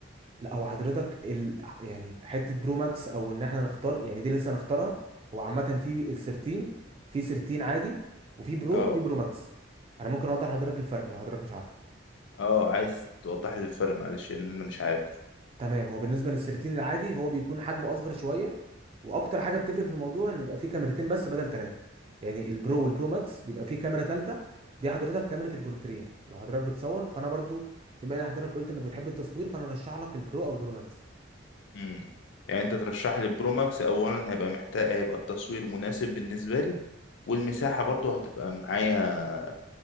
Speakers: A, on the right; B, on the left.
A: لا هو حضرتك ال... يعني حته برو ماكس او ان احنا نختار يعني دي لسه هنختارها هو عامه في ال 13 في 13 عادي وفي برو
B: اه
A: وفي برو ماكس انا ممكن اوضح لحضرتك الفرق لو حضرتك مش عارفه
B: اه عايز توضح لي الفرق معلش ان انا مش عارف
A: تمام هو بالنسبه لل 13 العادي هو بيكون حجمه اصغر شويه واكتر حاجه بتفرق في الموضوع ان يبقى فيه كاميرتين بس بدل ثلاثه يعني البرو والبرو ماكس بيبقى فيه كاميرا ثالثه دي حضرتك كاميرا البورتريه لو حضرتك بتصور فانا برضو بما ان حضرتك قلت انك بتحب التصوير فانا ارشح لك البرو او البرو ماكس
B: امم يعني انت ترشح لي برو ماكس اولا هيبقى محتاج هيبقى التصوير مناسب بالنسبه لي والمساحه برضو هتبقى معايا